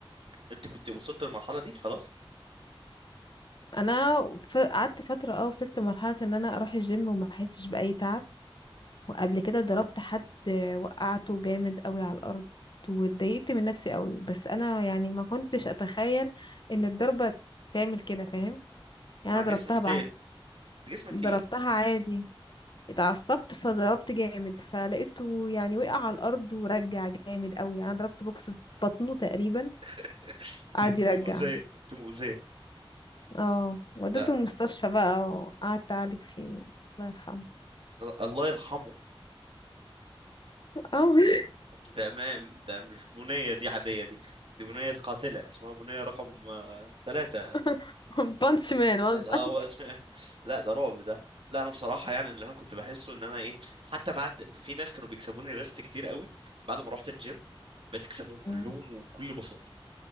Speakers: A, on the right; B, on the left.
A: انت كنت وصلت للمرحلة دي خلاص
B: انا ف- قعدت فتره اه وصلت لمرحله ان انا اروح الجيم وما احسش باي تعب وقبل كده ضربت حد وقعته جامد قوي على الارض واتضايقت من نفسي قوي بس انا يعني ما كنتش اتخيل ان الضربة تعمل كده فاهم يعني
A: مع
B: انا ضربتها
A: جسمك تقيل
B: بقى
A: جسمك
B: ضربتها
A: تقيل
B: عادي اتعصبت فضربت جامد فلقيته يعني وقع على الارض ورجع جامد قوي يعني انا ضربت بوكس في بطنه تقريبا
A: <laughs>
B: قعد
A: انت
B: يرجع
A: مؤذية انت مؤذية
B: اه وديته
A: لا
B: المستشفى بقى وقعدت اعالج فيه الله يرحمه
A: الله يرحمه
B: اه
A: تمام ده مش بنية دي عادية دي دي بنية قاتلة اسمها بنية رقم آه، ثلاثة
B: <laughs> بانش مان وان
A: من
B: بانش
A: أول <laughs> لا ده رعب ده لا أنا بصراحة يعني اللي أنا كنت بحسه إن أنا إيه حتى بعد في ناس كانوا بيكسبوني ريست كتير قوي بعد ما رحت الجيم بقيت أكسبهم كلهم
B: <laughs>
A: وبكل بساطة